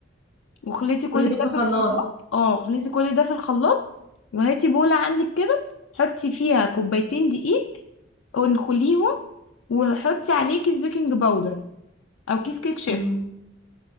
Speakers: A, on the left; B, on the left.
A: وخليتي كل
B: كل ده
A: ده
B: في
A: في
B: الخلاط
A: الخلاط اه خليتي كل ده في الخلاط وهاتي بولة عندك كده حطي فيها كوبايتين دقيق وانخليهم وحطي عليه كيس بيكنج باودر او كيس كيك شيف
B: مم.